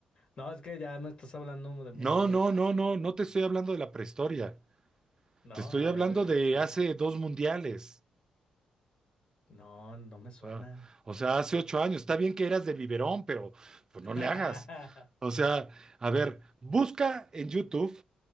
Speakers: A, on the left; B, on the right.
A: no, es que ya me estás hablando de muy,
B: No,
A: muy
B: no,
A: atrás.
B: no, no, no te estoy hablando de la prehistoria,
A: No,
B: te estoy
A: a
B: hablando
A: ver, es
B: de
A: que no.
B: hace dos mundiales.
A: No, no me suenan.
B: Ah, O sea, hace ocho años, está bien que eras de biberón, pero pues
A: <laughs>
B: no le
A: Ajá.
B: hagas. O sea, a ver, busca en YouTube,